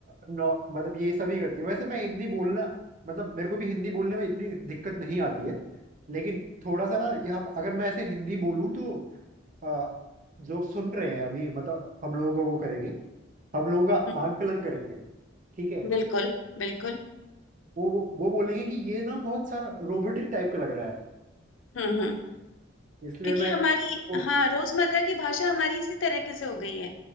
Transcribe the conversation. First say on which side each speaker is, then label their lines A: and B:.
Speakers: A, on the right (about 45°); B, on the left (about 80°).
A: नौ, मतलब ये सभी करती है वैसे मैं हिंदी बोलना मतलब मेरे को भी हिंदी बोलने में इतनी दिक्कत नहीं आती है लेकिन थोड़ा सा ना यहाँ अगर मैं ऐसे हिंदी बोलूँ तो आ, जो सुन रहे हैं अभी मतलब हम लोगों को वो करेंगे हम लोगों का
B: हम्म,
A: आंकलन करेंगे ठीक है
B: बिल्कुल बिल्कुल
A: वो वो वो बोलेंगे कि ये ना बहुत सारा रोबोटिक टाइप का लग रहा है
B: हम्म हम्म
A: <laughs> इसलिए
B: क्योंकि
A: मैं
B: हमारी
A: ओ,
B: हाँ रोजमर्रा की भाषा हमारी इसी तरीके से हो गई है